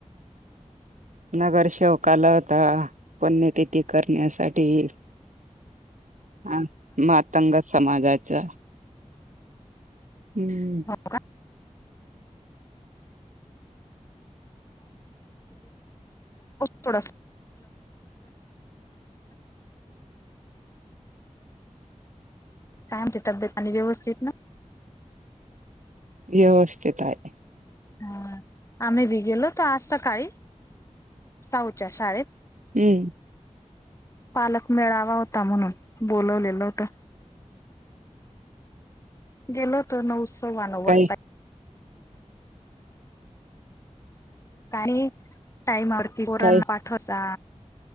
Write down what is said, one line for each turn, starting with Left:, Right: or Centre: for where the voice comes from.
Right: नगरसेेवका आला होता पुण्यतिथी करण्यासाठी ते म तंग समाजाचा हम्म
Left: हो का थोडस कायम ते तब्येत आणि व्यवस्थित ना
Right: व्यवस्थित आहे
Left: हा आम्ही बी गेलो होतो आज सकाळी साऊच्या शाळेत
Right: हम्म
Left: पालक मेळावा होता म्हणून बोलवलेलं होतं गेल तर नऊ सव्वा नऊ
Right: काही
Left: वाजता का टाम कोोरांना
Right: काही
Left: पाठवाचा